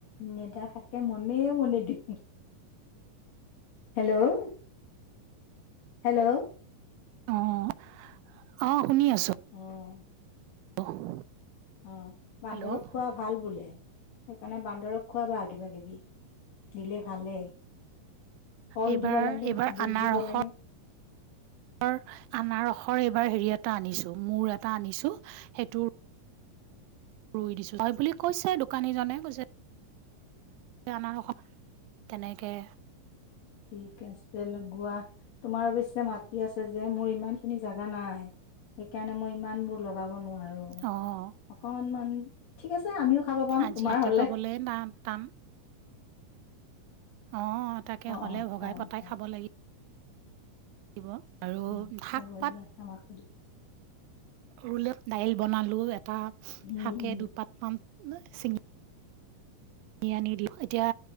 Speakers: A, on the left; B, on the right.
A: নেদেখাকে মনে- মনে দিওঁ। হেল্ল', হেল্ল',
B: অ', অ', শুনি আছো।
A: উম।
B: <inaudible>
A: অ' বান্দৰক
B: হেল্ল'
A: খোৱা ভাল বোলে, সেইকাৰণে বান্দৰক খোৱাবা কিবা কিবি। দিলে ভালেই কল
B: এইবাৰ
A: দিব লাগে
B: এইবাৰ
A: বুট দিব লাগে।
B: <inaudible> <unintelligible> আনাৰসৰ এইবাৰ হেৰি এটা আনিছো মোৰ এটা আনিছো সেইটো ৰুই দিছো। হয় বুলি কৈছে দোকানীজনে কৈছে তে আনাৰস তেনেকে
A: ঠিক আছে লগোৱা। তোমাৰ অবশ্যে মাটি আছে যে মোৰ ইমান খিনি জাগা নাই, সেইকাৰণে মই ইমানবোৰ লগাব নোৱাৰোঁ।
B: অ',
A: অকনমান ঠিক আছে আমিও খাব পাম
B: আজি
A: তোমাৰ
B: মাটি
A: হলে
B: পাবলৈ টান। অ' তাকে হ'লে
A: অ
B: ভগাই
A: টান
B: পতাই
A: টান
B: খাব লাগি <unintelligible>
A: হম
B: শাক
A: হব
B: পাত
A: দিয়া আমাকো
B: ৰুলে দাইল বনালো এটা
A: উম
B: শাকে
A: উম
B: দুপাত মান চিঙি কিনি আনি দিওঁ এতিয়া